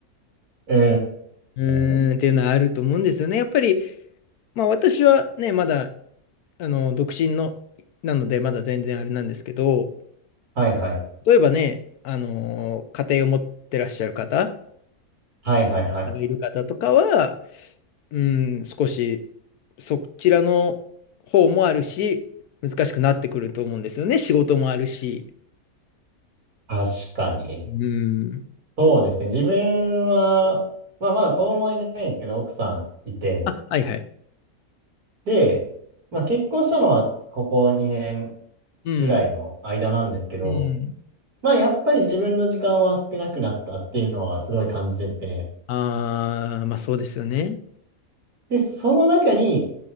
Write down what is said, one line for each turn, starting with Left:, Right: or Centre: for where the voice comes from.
Right: うー
Left: うーん、
Right: ん。
Left: っていうのはあると思うんですよね。やっぱり、まあ私はね、まだ、あの、独身の、なので、まだ全然あれなんですけど、
Right: はいはい。
Left: 例えばね、あの、家庭を持ってらっしゃる方
Right: はいはいはい。
Left: がいる方とかは、うん、少し、そちらの方もあるし、難しくなってくると思うんですよね。仕事もあるし。
Right: 確かに。
Left: うん。
Right: そうですね。自分は、まあまだ子供はいないんですけど、奥さんいて。
Left: あ、はいはい。
Right: で、まあ結婚したのはここ2年
Left: うん。
Right: ぐらいの間なんですけど、
Left: うん。
Right: まあやっぱり自分の時間は少なくなったっていうのはすごい感じてて、
Left: ああ、まあそうですよね。
Right: で、その中に